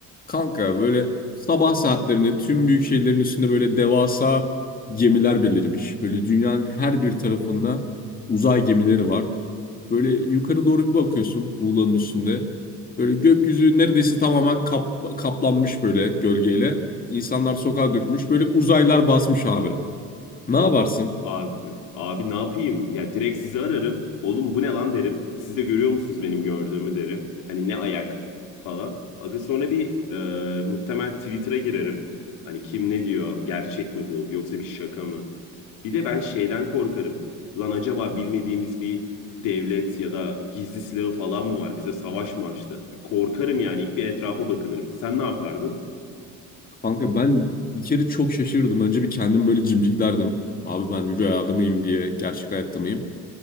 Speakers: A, on the left; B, on the left.
A: Kanka böyle sabah saatlerinde tüm büyük şehirlerin üstünde böyle devasa gemiler belirmiş. Böyle dünyanın her bir tarafında uzay gemileri var. Böyle yukarı doğru bir bakıyorsun Muğla'nın üstünde. Böyle gökyüzü neredeyse tamamen kap- kaplanmış böyle gölgeyle. İnsanlar sokağa dökülmüş. Böyle uzaylar basmış abi. Ne yaparsın?
B: Abi, abi ne yapayım? Ya direkt sizi ararım. Oğlum bu ne lan derim. Siz de görüyor musunuz benim gördüğümü derim. Hani ne ayak falan. Aga sonra bir e, muhtemel Twitter'a girerim. Hani kim ne diyor? Gerçek mi bu? Yoksa bir şaka mı? Bir de ben şeyden korkarım. Lan acaba bilmediğimiz bir devlet ya da gizli silahı falan mı var? Bize savaş mı açtı? Bir korkarım yani. İlk bir etrafa bakınırım. Sen ne yapardın?
A: Kanka ben bir kere çok şaşırdım. Önce bir kendim böyle cimciklerdim. Abi ben rüyada mıyım diye, gerçek hayatta mıyım?